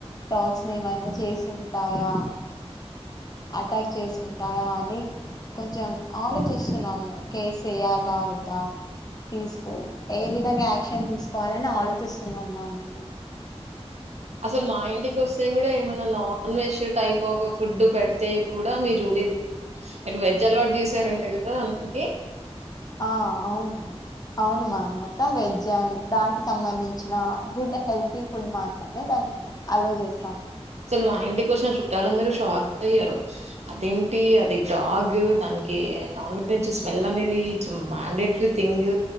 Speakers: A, on the left (about 35°); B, on the right (about 85°).
A: డాగ్స్ ని ఏమైనా చేసున్ టయా అటాక్ చేసి ఉంటాయా అని కొంచెం ఆలోచిస్తున్నాము కేసు ఏయాలా వద్దా తీసుకో ఏ విధంగా యాక్షన్ తీసుకోవాలని ఆలోచిస్తున్నాంమ్మా మేము
B: అసలు మా ఇంటికి వస్తే కూడా ఏమన్నా non veg type of food పెడితే కూడా మీ జూలీది మీరు వెజ్ అలవాటు చేసారంట కదా అందుకి
A: ఆ అవునుమా అవును మ్యామ్ మొత్తం వెజ్ అండ్ దానికి సంబంధించిన గుడ్ హెల్తీ ఫుడ్ మాత్రమే దానికి అలో చేస్
B: అసలు మా ఇంటి కోచిన చుట్టాలు అందరు షా షాక్ అయ్యారు అదేంటి అది డాగ్ దానికి నాన్ వెజ్ స్మెల్ అనేది ఇట్స్ మాండేటరీ థింగ్